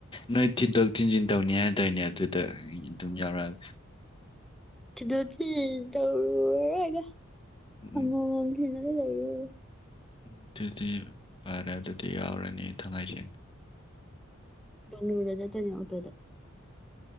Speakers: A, on the left; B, in the centre.
A: ꯅꯣꯏ ꯊꯤꯟꯗꯣꯛ ꯊꯤꯟꯖꯤꯟ ꯇꯧꯅꯤ ꯍꯥꯏꯗꯥꯏꯅꯦ ꯑꯗꯨꯗ ꯑꯩ ꯑꯗꯨꯝ ꯌꯥꯎꯔꯛꯑꯒꯦ
B: ꯇꯤꯟꯗꯣꯛ ꯇꯤꯡꯖꯤꯟ <unintelligible>
A: ꯎꯝ
B: ꯑꯃꯃꯝꯅꯤ <unintelligible>
A: ꯎꯝ ꯑꯗꯨꯗꯤ ꯐꯔꯦ ꯑꯗꯨꯗꯤ ꯌꯥꯎꯔꯅꯤ ꯊꯥꯡꯍꯩꯁꯦꯡꯅ
B: <unintelligible> ꯆꯠꯇꯣꯏꯅꯦ ꯑꯣꯛꯇꯣꯗ